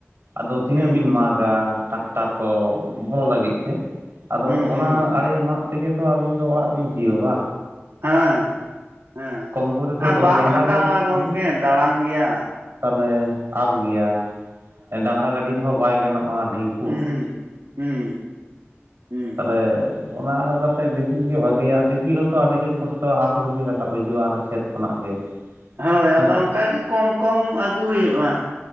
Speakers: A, on the right (about 65°); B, on the right (about 85°).
A: ᱟᱫᱚ ᱛᱤᱱᱟᱹᱜ
B: ᱦᱩᱸ
A: ᱵᱤᱱ ᱢᱟᱜᱽ ᱜᱟ ᱴᱟᱠᱴᱟᱨ ᱠᱚ ᱵᱚᱞᱚ ᱞᱟᱹᱜᱤᱫ ᱛᱮ᱾ ᱟᱫᱚ
B: ᱦᱩᱸ
A: ᱚᱱᱟ
B: ᱦᱩᱸ
A: ᱟᱲᱮ ᱢᱟᱜ ᱛᱮᱜᱮ ᱛᱚ ᱟᱵᱤᱱ ᱫᱚ ᱚᱲᱟᱜ ᱵᱤᱱ ᱛᱤᱭᱚᱜᱟ᱾
B: ᱦᱮᱸ ᱦᱮᱸ,
A: ᱠᱚᱢ ᱠᱚᱨᱮ ᱫᱚ
B: ᱟᱨ
A: ᱫᱚᱥ
B: ᱵᱟᱝ
A: ᱜᱟᱱᱰᱟ
B: ᱨᱟᱠᱟᱵᱟ
A: ᱜᱮ
B: ᱜᱚᱝᱠᱮ
A: ᱵᱤᱱ
B: ᱫᱟᱬᱟᱱ ᱜᱮᱭᱟ᱾
A: ᱛᱟᱦᱚᱞᱮ ᱟᱯ ᱜᱮᱭᱟ, ᱰᱟᱹᱝᱨᱟ ᱜᱟᱹᱰᱤ ᱛᱮᱦᱚᱸ ᱵᱟᱭ ᱜᱟᱱᱚᱜᱼᱟ, ᱰᱷᱤᱝ
B: ᱦᱩᱸ ᱦᱩᱸ, ᱦᱩᱸ ᱦᱩᱸ᱾
A: ᱛᱮ ᱚᱱᱟ ᱠᱟᱛᱮ ᱫᱤᱯᱤᱞ ᱜᱮ ᱵᱷᱟᱜᱤᱭᱟ ᱫᱤᱯᱤᱞ ᱦᱚᱸᱛᱚ ᱟᱹᱰᱤ ᱡᱳᱨ ᱠᱚᱥᱴᱚ ᱟᱯ ᱨᱮᱵᱤᱱ ᱨᱟᱠᱟᱵ ᱦᱤᱡᱩᱜᱼᱟ, ᱚᱱᱟ ᱠᱷᱮᱛ ᱠᱚᱱᱟᱜ ᱜᱮ᱾
B: ᱦᱳᱭ
A: ᱦᱮᱸᱥᱮ
B: ᱟᱫᱚ ᱚᱝᱠᱟ ᱜᱮ ᱠᱚᱢ ᱠᱚᱢ ᱟᱹᱜᱩ ᱦᱩᱭᱩᱜᱼᱟ᱾